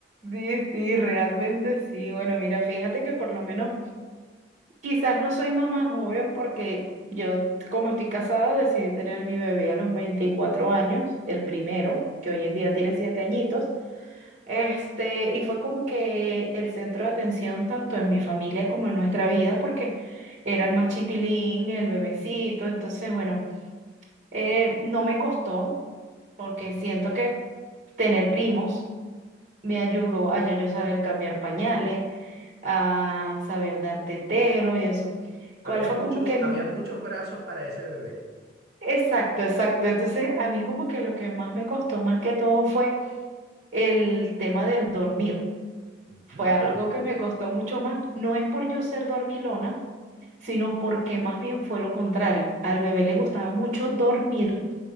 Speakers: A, on the right (about 45°); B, on the right (about 60°).
A: Sí, sí, realmente sí. Bueno, mira, fíjate que por lo menos Quizás no soy mamá joven porque yo, como estoy casada, decidí tener mi bebé a los 24 años, el primero, que hoy
B: Ok.
A: en día tiene 7 añitos. Este, y fue como que el centro de atención tanto en mi familia como en nuestra vida, porque era el más chiquilín, el bebecito. Entonces, bueno, eh, no me costó, porque
B: Ujú.
A: siento que tener primos me ayudó a ya yo saber cambiar pañales, a saber dar tetero y eso. ¿Cuál
B: Había
A: fue
B: muchos,
A: como que...
B: había
A: mi-
B: muchos brazos para ese bebé.
A: Exacto, exacto. Entonces, a mí como que lo que más me costó más que todo fue el tema del dormir.
B: Ujú.
A: Fue algo que me costó mucho más. No es por yo ser dormilona, sino porque más bien fue lo contrario. Al bebé le gustaba mucho dormir